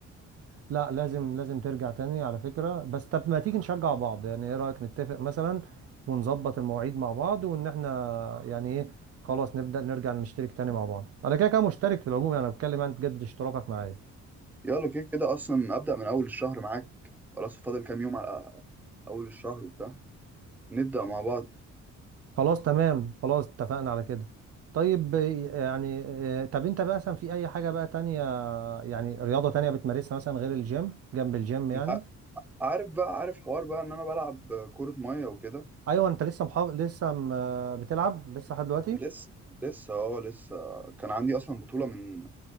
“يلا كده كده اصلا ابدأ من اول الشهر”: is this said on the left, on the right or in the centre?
Centre